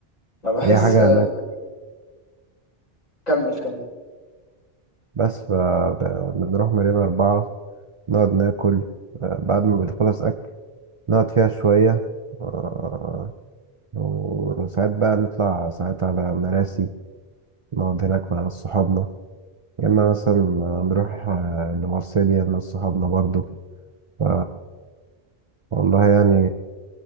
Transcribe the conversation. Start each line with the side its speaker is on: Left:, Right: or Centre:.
Left: أنا بحس
Right: أي حاجة
Left: آه،
Right: هناك
Left: كمل كمل
Right: بس فبنروح مارينا أربعة نقعد ناكل آه، بعد ما بنخلص أكل نقعد فيها شوية آه، وساعات بقى نطلع ساعات على مراسي نقعد هناك مع ناس صحابنا يا إما مثلا نروح آه، لمارسيليا مع صحابنا برضو ف- والله يعني